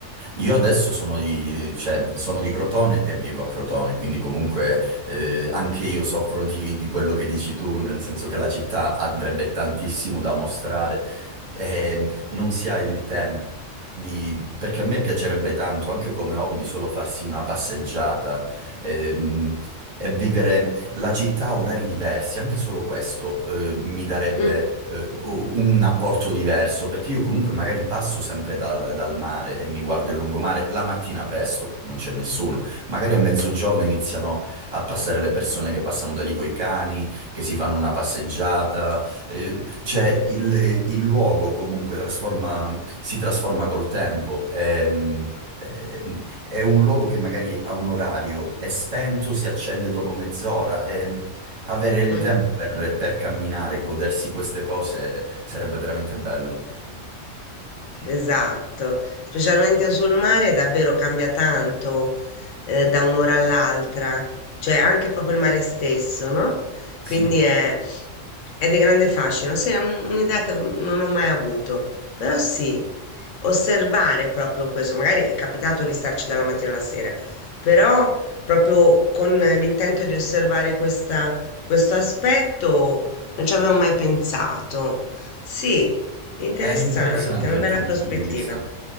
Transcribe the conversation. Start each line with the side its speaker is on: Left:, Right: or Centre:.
Right: Io adesso sono di, cioè, sono di Crotone e vivo a Crotone, quindi comunque eh, anche io soffro di, di quello che dici tu, nel senso che la città avrebbe tantissimo da mostrare e non si ha il tempo
Left: Eh,
Right: di- perché a me piacerebbe tanto, anche come hobby, solo farsi una passeggiata ehm, e vivere la città ha orari diversi, anche solo questo eh, mi darebbe
Left: mm,
Right: eh, o- un apporto diverso, perché io comunque magari passo sempre dal, dal mare e mi guardo il lungomare la mattina presto, non c'è nessuno. Magari a mezzogiorno iniziano a passare le persone che passano da lì coi cani, che si fanno una passeggiata. eh, c'è il, il luogo comunque trasforma- si trasforma col tempo. E, mm, eh, è un luogo che magari ha un orario, è spento, si accende dopo mezz'ora e avere il
Left: mm.
Right: Mm. tempo per, per camminare e godersi queste cose sarebbe veramente bello.
Left: Esatto, specialmente sul mare davvero cambia tanto eh, da un'ora all'altra, cioè anche proprio il mare stesso, no?
Right: Sì,
Left: Quindi è, è di grande fascino, sì, è un- un'idea che non ho mai avuto, però sì, osservare proprio questo, magari è capitato di starci dalla mattina alla sera, però proprio con l'intento di osservare questa- questo aspetto non ci avevo mai pensato. Sì, interessante,
Right: è interessante
Left: una
Right: il
Left: bella
Right: tuo punto
Left: prospettiva.
Right: di vista.